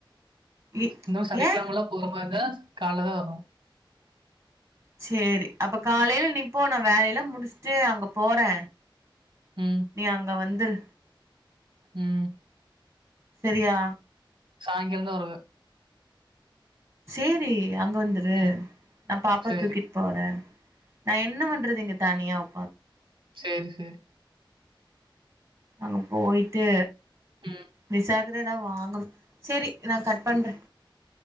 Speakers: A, on the right (about 30°); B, on the right (about 50°).
A: இ
B: இன்னு சனிக்கெழமலா
A: ஏ
B: போற மாரி <unintelligible> கால்ல தா வரு
A: சேரி அப்ப காலைல நீ போ நா வேலைலா முடிச்சுட்டு அங்க போறே
B: ம்,
A: நீ அங்க வந்து துரு
B: ம்
A: செரியா
B: சாயங்கால தா வருவே
A: சேரி அங்க வந்துரு
B: ம்,
A: நா பாப்பா
B: சரி.
A: தூக்கிட் போறே நா என்ன பண்றது இங்க தனியா <inaudible>
B: சேரி சேரி
A: அங்க போயிட்டு
B: ம்,
A: விசா தா வாங்கணு சேரி நா கட் பண்றே